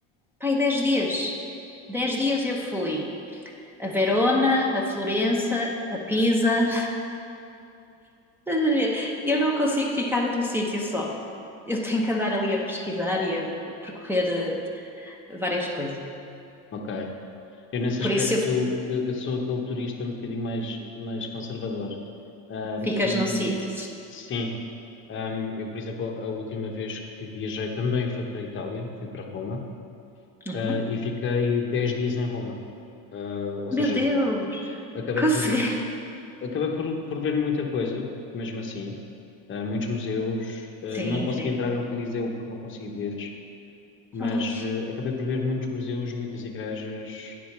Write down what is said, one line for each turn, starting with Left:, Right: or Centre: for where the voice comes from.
Centre: pai, 10 dias. dez dias eu fui. a Verona, a Florença, a Pisa. Estás a ver? Eu não consigo ficar num sítio só. Eu tenho que andar ali a pesquisar e a percorrer eh, várias coisas.
Left: ok. Eu, nesse
Centre: Por
Left: aspecto,
Centre: isso eu
Left: eu, eu sou aquele turista um bocadinho mais, mais conservador. Ahm,
Centre: ficas
Left: e,
Centre: num sítio.
Left: e, sim, ahm, eu, por exemplo, a última vez que viajei também foi para a Itália, fui para Roma,
Centre: Uhum.
Left: ah, e fiquei 10 dias em Roma. Ah, ou
Centre: Meu
Left: seja,
Centre: Deus,
Left: acabei
Centre: consegui.
Left: por acabei por, por ver muita coisa, mesmo assim. Uh, muitos museus. uh,
Centre: Sim,
Left: não consegui
Centre: sim.
Left: entrar no Coliseu porque não consegui bilhetes, mas
Centre: Oh.
Left: uh, acabei por ver muitos museus, muitas igrejas,